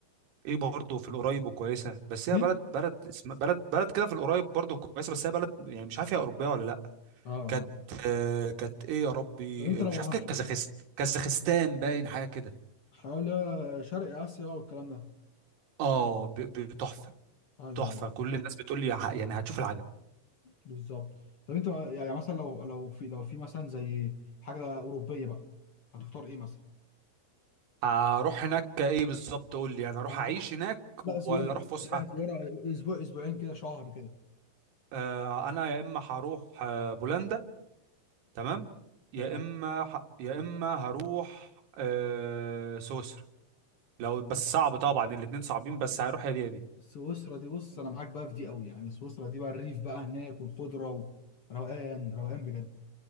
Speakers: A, on the right (about 85°); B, on the left (about 45°).
A: ايه برضه في القريب وكويسه بس
B: مين؟
A: هي بلد بلد اسم بلد بلد كده في القريب برضه كويسه بس هي بلد يعني مش عارف هي اوروبيه ولا لا
B: اه اه
A: كانت آه كانت ايه يا ربي
B: طب انت لو
A: آه، مش عارف
B: هنحط
A: كانت كازاخستان كازاخستان باين حاجه كده
B: حول شرق اسيا بقى والكلام ده
A: اه ب- ب- تحفه
B: ايوه
A: تحفه
B: ايوه
A: كل الناس بتقول لي ع- يعني هتشوف العجب
B: بالظبط طب انت بقى- يعني مثلا لو لو في لو في مثلا زي حاجه اوروبيه بقى هتختار ايه مثلا
A: اروح هناك ايه بالظبط قول لي انا اروح
B: يعني
A: اعيش هناك
B: لا زياره
A: ولا اروح فسحه
B: لا زياره اسبوع اسبوعين كده شهر كده
A: آه انا يا اما هروح آه بولندا تمام يا
B: تمام
A: اما ح... يا اما هروح آه... سويسرا لو بس
B: بص،
A: صعب طبعا الاتنين صعبين بس هروح يا دي يا دي
B: سويسرا دي بص انا معاك بقى في دي قوي يعني سويسرا دي بقى الريف بقى هناك والخضره وروقان روقان بجد